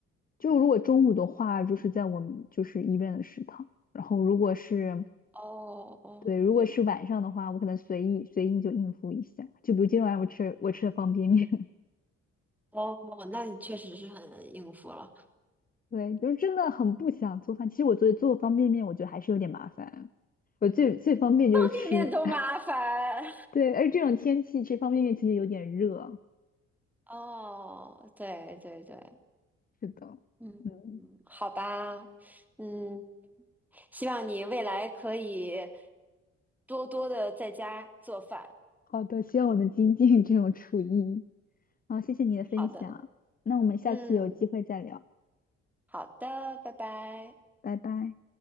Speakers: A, on the left; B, in the centre.
A: 就如果中午的话，就是在我们就是医院的食堂，然后如果是
B: 哦哦
A: 对，如果是晚上的话，我可能随意随意就应付一下。就比如今天晚上我吃我吃的方便面，
B: 哦，那你确实是很应付了，
A: <laughs> 对，就是真的很不想做饭。其实我做做方便面，我觉得还是有点麻烦。我最最方便就是吃，
B: 方便面都麻烦。
A: <laughs> 对，而这种天气吃方便面其实有点热。
B: <laughs> 哦，对对对，
A: 是的，
B: 嗯，
A: 嗯，
B: 好吧，嗯，希望你未来可以多多的在家做饭。
A: 好的，希望我能精进这种厨艺。好，谢谢你的分享，
B: 好的，
A: 那我们下次有机会再聊，
B: 嗯，好的，拜拜。
A: 拜拜。